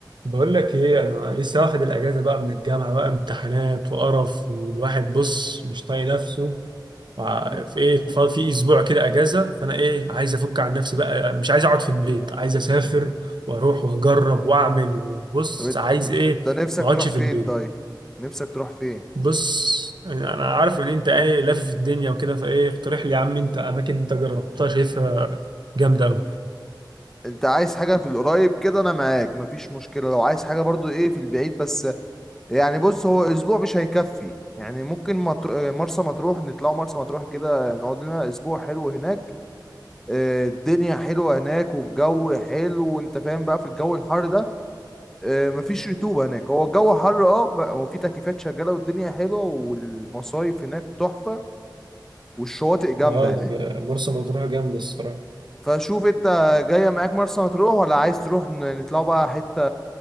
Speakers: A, on the right (about 75°); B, in the centre.
A: بقول لك ايه انا لسه واخد الاجازه بقى من الجامعه بقى امتحانات وقرف والواحد بص مش طايق نفسه وع-
B: مم.
A: في ايه ف- في اسبوع كده اجازه فانا ايه عايز افك عن نفسي بقى مش عايز اقعد في البيت عايز اسافر واروح واجرب واعمل وبص
B: طب إت-
A: عايز
B: انت
A: ايه
B: نفسك
A: ما اقعدش
B: تروح
A: في
B: فين
A: البيت
B: طيب نفسك تروح فين
A: بص انا عارف ان انت ايه لافف الدنيا وكده فايه اقترح لي يا عم انت اماكن انت جربتها شايفها جامده قوي
B: انت عايز حاجة في القريب كده انا معاك مفيش مشكلة لو عايز حاجة برضو ايه في البعيد بس يعني بص هو اسبوع مش هيكفي يعني ممكن مطر... مرسى مطروح نطلعوا مرسى مطروح كده نقعد لنا اسبوع حلو هناك آه، الدنيا حلوة هناك والجو حلو وانت فاهم بقى في الجو الحر ده آه، مفيش رطوبة هناك هو الجو حر اه م- وفي تكييفات شغالة والدنيا حلوة والمصايف هناك تحفة والشواطئ جامدة
A: اه
B: هناك
A: لا، مرسى مطروح جامده الصراحه
B: فشوف انت جاية معاك مرسى مطروح ولا عايز تروح ن- نطلعوا بقى حتة